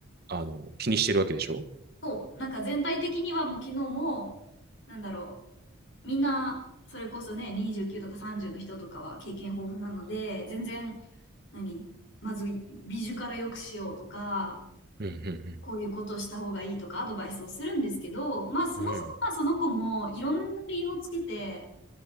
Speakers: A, on the right (about 45°); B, on the left (about 60°).
A: あの、気にしてるわけでしょ
B: そう、なんか全体的にはもう昨日も、なんだろう、みんな、それこそね、29とか30の人とかは経験豊富なので、全然、何まず美術から良くしようとか、
A: うん、うん、
B: こういうことをした方がいいとかアドバイスをするんですけど、まあそもそもまあその子もいろんな理由をつけて、
A: うん。うん。